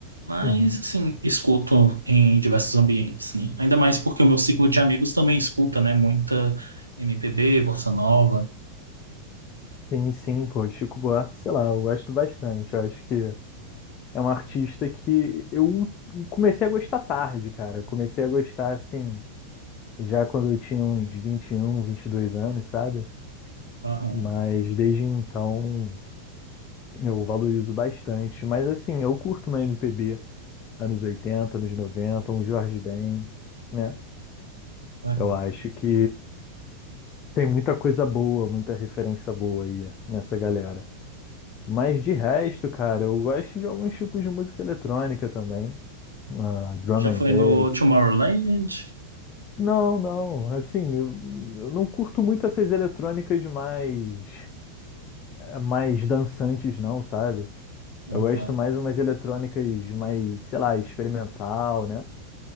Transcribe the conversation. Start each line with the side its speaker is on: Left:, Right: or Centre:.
Right: Mas,
Left: Uhum.
Right: assim, escuto em diversos ambientes, né? Ainda mais porque o meu ciclo de amigos também escuta, né? Muita MPB, bossa nova.
Left: Sim, sim, pô, Chico Buarque, sei lá, eu gosto bastante. Eu acho que é um artista que eu comecei a gostar tarde, cara. Eu comecei a gostar, assim. já quando eu tinha uns um 21, dois anos, sabe?
Right: Aham,
Left: Mas desde então eu valorizo bastante. Mas assim, eu curto uma MPB, anos 80 anos 90 um Jorge Ben, né?
Right: aham.
Left: Eu acho que tem muita coisa boa, muita referência boa aí nessa galera. Mas de resto, cara, eu gosto de alguns tipos de música eletrônica também. Ah, drum
Right: Já
Left: and
Right: foi
Left: bass.
Right: no Tomorrowland?
Left: Não, não, assim, eu, eu não curto muito essas eletrônicas mais. mais dançantes, não, sabe?
Right: Aham.
Left: Eu gosto mais umas eletrônicas mais, sei lá, experimental, né?